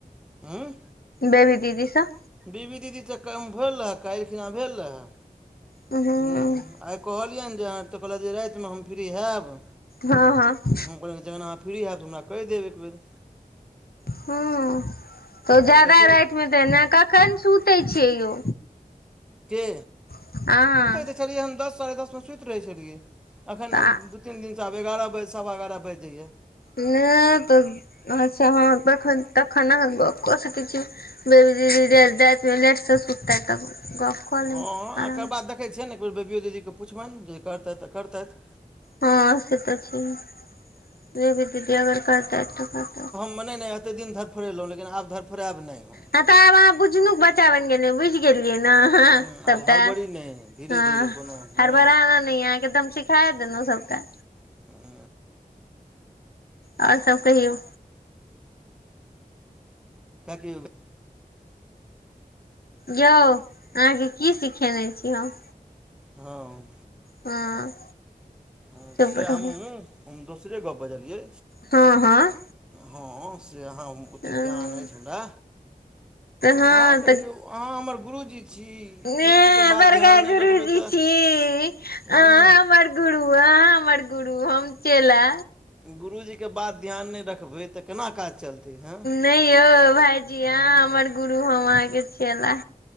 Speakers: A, in the centre; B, on the left.
A: हँ
B: बेबी दीदी स
A: बीबी दीदी स कम भेल रहै, काल्हिखिनना भेल रहै।
B: हूँ
A: ह्मँ आइ कहलियन जे अहाँ तऽ कहलक जे राइतमे हम फ्री हयबँ,
B: हँ हँ
A: जखन अहाँ फ्री हैब तऽ हमरा कहि देब एकबेर
B: ह तऽ जादा
A: आब देखै
B: राइतमे तऽ ने कखन सुतै छियै यौ।
A: के
B: अहाँ
A: सुतैत तै छलियै हम दस साढ़े दसमे सुइत रहै छलियै। एखन
B: तऽ
A: दू तीन दिनसँ आब एगारह बाजि सवा एगारह बाइज जाइए।
B: नैय तऽ अच्छा हँ तखन - तखन अहा गप्प क सकई छी। बेबी दीदी जा जाइत राइत मे लेट से सुत तऽ गप कऽ लेब
A: हँ
B: आराम
A: अकर बाद देखै छियेन एक बे बेबियओ दीदीकेँ पुछबइन, जे करतेथ तऽ करतैथ।
B: हँ से तऽ छैहिए जे भी दीदी अगर करतै ता तऽ
A: मनै नहि एते दिन धरफोड़ेलहुँ लेकिन आब धरफोड़एब नइ हम
B: ह तऽ आब अहाँ बुझनक बच्चा बइन गेलैये बुझि गेलियै न
A: हँ
B: सबटा
A: आब हड़बड़ी नहि धीरे
B: हँ
A: धीरे कोनो हँ
B: हरबाराणा नहि अहाँकें त सिखाय देलहु सबटा,
A: <unintelligible>
B: आओर सब कहियौ।
A: <unintelligible>
B: यौ अहाँके की सिखेने छी, हम
A: हँ
B: हँ
A: हँ
B: चुप
A: से हमहूँ
B: रहू
A: हम दोसरे गप बजलियै।
B: हँ हँ
A: हँ से अहाँ ओतेक
B: तऽ
A: ध्यान अइछ हमरा।
B: हँ
A: अहाँके देखियौ अहाँ हमर गुरुजी छी।
B: ह
A: गुरुजीके बात
B: बड़का
A: ध्यान नहि
B: गुरुजी
A: रखबै तऽ
B: छी, अहां
A: हूँ
B: हमर गुरु आहाँ हमर गुरु गुरु हम चेला
A: गुरूजीके बात ध्यान नै रखबै तऽ, केना काज चलतै हँ
B: नै यौ भाईजी
A: हूँ
B: अहां हमर गुरु हम अहाँके चेला।